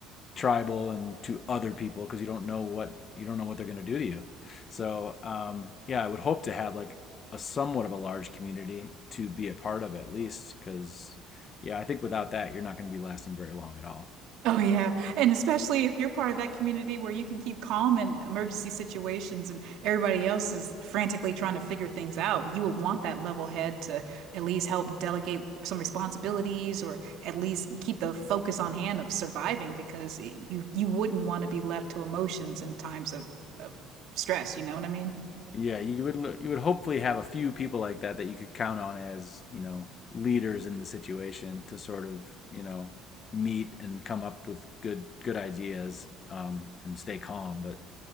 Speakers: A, on the left; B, on the right.
A: tribal and to other people because you don't know what you don't know what they're going to do to you. So um, yeah, I would hope to have like a somewhat of a large community to be a part of at least because yeah, I think without that you're not going to be lasting very long at all.
B: Oh yeah, and especially if you're part of that community where you can keep calm in emergency situations and everybody else is frantically trying to figure things out, you would want that level head to at least help delegate some responsibilities or at least keep the focus on hand of surviving because it, you you wouldn't want to be left to emotions in times of, of stress, you know what I mean?
A: Yeah, you would you would hopefully have a few people like that that you could count on as you know leaders in the situation to sort of you know meet and come up with good good ideas um, and stay calm. But